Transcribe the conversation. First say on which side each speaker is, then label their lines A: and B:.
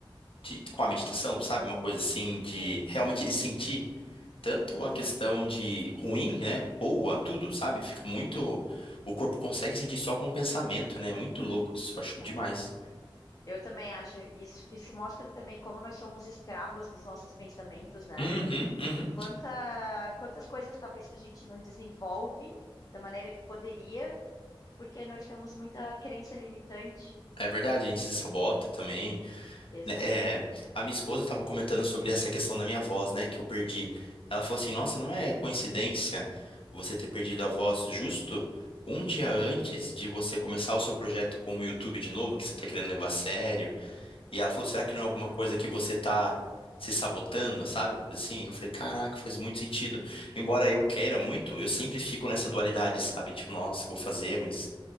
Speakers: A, on the left (about 75°); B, on the left (about 40°).
A: de- com a meditação, sabe? Uma coisa assim de
B: sim,
A: realmente ele sentir tanto a questão
B: sim.
A: de ruim, né? Boa, tudo, sabe? Fica muito. O corpo consegue sentir só com o pensamento, né? É muito louco isso, eu acho
B: É.
A: demais.
B: Eu também acho isso, que isso mostra também como nós somos escravos dos nossos pensamentos, né?
A: Uhum, uhum.
B: Quanta, quantas coisas talvez que a gente não desenvolve da maneira que poderia, porque nós temos muita crença limitante.
A: É verdade, a gente se sabota também.
B: Exatamente.
A: né? É, a minha esposa estava comentando sobre essa questão da minha voz, né? Que eu perdi. Ela falou assim: Nossa, não é coincidência você ter perdido a voz justo um dia antes de você começar o seu projeto com o YouTube de novo, que você está querendo levar a sério. E ela falou, será que não é alguma
B: Ah,
A: coisa que você tá se sabotando, sabe? Uma coisa assim. E Eu falei, caraca, faz muito sentido. Embora eu queira muito, eu sempre fico nessa dualidade, sabe? Tipo, nossa, vou fazer,
B: sim.
A: mas